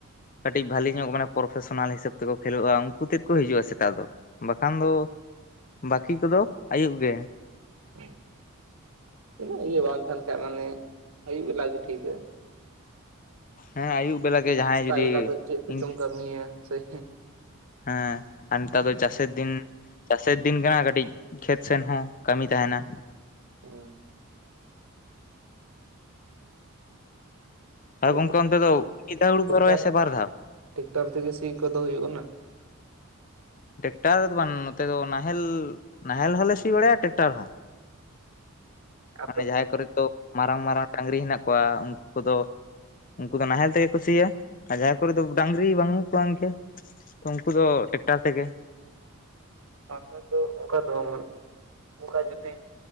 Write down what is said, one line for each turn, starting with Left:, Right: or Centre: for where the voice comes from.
Left: ᱠᱟᱹᱴᱤᱡ ᱵᱷᱟᱞᱤ ᱧᱚᱜ ᱠᱟ. ᱴᱤᱡ ᱢᱟᱱᱮᱯᱨᱚᱯᱷᱮᱥᱚᱱᱟᱞ ᱦᱤᱥᱟᱹᱵ ᱛᱮᱠᱚ ᱠᱷᱮᱞᱳᱜᱼᱟ ᱩᱱᱠᱩ ᱛᱮᱫ ᱠᱚ ᱦᱤᱡᱩᱜᱼᱟ ᱥᱮᱛᱟᱜ ᱫᱚ᱾ ᱵᱟᱠᱷᱟᱱ ᱫᱚ ᱵᱟᱹᱠᱤ ᱠᱚᱫᱚ ᱟᱭᱩᱵ ᱜᱮ᱾
Right: ᱦᱮᱸ᱾ ᱤᱱᱟᱹᱜ ᱤᱭᱟᱹ ᱵᱟᱝ ᱛᱟᱦᱮᱱ ᱠᱷᱟᱱ ᱢᱟᱱᱮ ᱟ. ᱭᱩᱵ ᱵᱮᱞᱟ ᱜᱮ ᱴᱷᱤᱠᱟ᱾
Left: ᱦᱮᱸ ᱟᱭᱩᱵ ᱵᱮᱞᱟ ᱜᱮ ᱡᱟᱦᱟᱸᱭ
Right: ᱥᱮᱛᱟᱜ
Left: ᱡᱩᱫ
Right: ᱵᱮᱞᱟ ᱫᱚ ᱪᱮᱫ ᱠᱚᱪᱚᱢ
Left: ᱤᱧ
Right: ᱠᱟᱹᱢᱤᱭᱟ ᱥᱮ ᱦᱮᱸ
Left: ᱦᱮᱸ ᱟᱨ ᱱᱮᱛᱟᱨ ᱫᱚ ᱪᱟᱥᱮᱨ ᱫᱤᱱ, ᱪᱟᱥᱮᱨ ᱫᱤᱱ ᱠᱟᱱᱟ ᱠᱟᱹᱴᱤᱡ ᱠᱷᱮᱛ ᱥᱮᱱ ᱦᱚᱸ ᱠᱟᱹᱢᱤ ᱛᱟᱦᱮᱱᱟ᱾
Right: ᱦᱩᱸ᱾ ᱛᱚᱵᱮ
Left: ᱦᱮᱸ ᱜᱚᱝᱠᱮ ᱚᱱᱛᱮ ᱫᱚ ᱢᱤᱫᱤᱫᱷᱟᱣ ᱦᱩᱲᱩ
Right: ᱴᱮᱠᱴᱟᱨ
Left: ᱠᱚ ᱨᱚᱦᱭᱟ ᱥᱮ ᱵᱟᱨ ᱫᱷᱟᱣ?
Right: ᱴᱮᱠᱴᱟᱨ ᱛᱮᱜᱮ ᱥᱤ ᱠᱚᱫᱚ ᱦᱩᱭᱩᱜ ᱠᱟᱱᱟ᱾
Left: ᱴᱮᱠᱴᱟᱨ ᱫᱚ ᱵᱟᱝ ᱱᱚᱛᱮ ᱫᱚ ᱱᱟᱦᱮᱞ ᱱᱟᱦᱮᱞ ᱦᱚᱸᱞᱮ ᱥᱤ ᱵᱟᱲᱟᱭᱟ ᱴᱮᱠᱴᱟᱨ ᱦᱚᱸ᱾
Right: ᱟᱯᱮ
Left: ᱢᱟᱱᱮ ᱡᱟᱦᱟᱸᱭ ᱠᱚᱨᱮᱱ ᱫᱚ ᱢᱟᱨᱟᱝ ᱢᱟᱨᱟᱜ ᱰᱟᱝᱨᱤ ᱦᱮᱱᱟᱜ ᱠᱚᱣᱟ ᱩᱱᱠᱩ ᱠᱚᱫᱚ ᱩᱱᱠᱩ ᱫᱚ ᱱᱟᱦᱮᱞ ᱛᱮᱜᱮ ᱠᱚ ᱥᱤᱭᱟ ᱟᱨ ᱡᱟᱦᱟᱸ ᱠᱚᱨᱮ ᱫᱚ ᱰᱟᱝᱨᱤ ᱵᱟᱹᱱᱩᱜ ᱠᱚᱣᱟ ᱤᱱᱠᱟᱹ ᱩᱱᱠᱩ ᱫᱚ ᱴᱮᱠᱴᱟᱨ ᱛᱮᱜᱮ᱾
Right: ᱟᱞᱮ ᱫᱚ ᱚᱱᱠᱟ ᱫᱚ ᱵᱟᱝ ᱢᱮᱱᱮ ᱚᱱᱠᱟ ᱡᱩᱫᱤ